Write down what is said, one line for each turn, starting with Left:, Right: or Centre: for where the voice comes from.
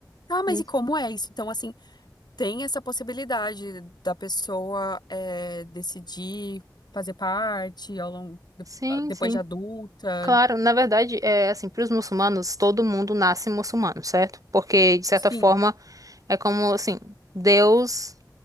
Left: Ah, mas
Right: Hum,
Left: e como é isso? Então, assim, tem essa possibilidade da pessoa eh, decidir fazer parte ao longo,
Right: Sim,
Left: depois
Right: sim.
Left: de adulta.
Right: Claro, na verdade, é assim, para os muçulmanos, todo mundo nasce muçulmano, certo? Porque, de certa
Left: Sim.
Right: forma, é como assim, Deus